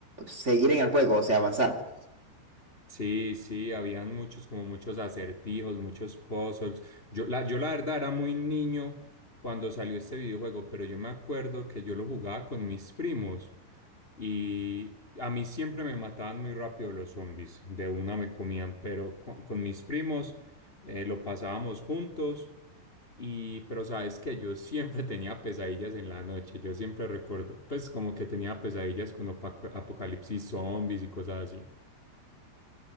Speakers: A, on the right (about 20°); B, on the left (about 50°).
A: seguir en el juego, o sea, avanzar.
B: Sí, sí, habían muchos, como muchos acertijos, muchos puzzles. Yo la, yo la verdad era muy niño cuando salió este videojuego, pero yo me acuerdo que yo lo jugaba con mis primos y a mí siempre me mataban muy rápido los zombies, de una me comían, pero con, con mis primos eh, lo pasábamos juntos y, pero sabes que yo siempre <laughs> tenía pesadillas en la noche, yo siempre recuerdo, pues como que tenía pesadillas con apaco- apocalipsis zombies y cosas así.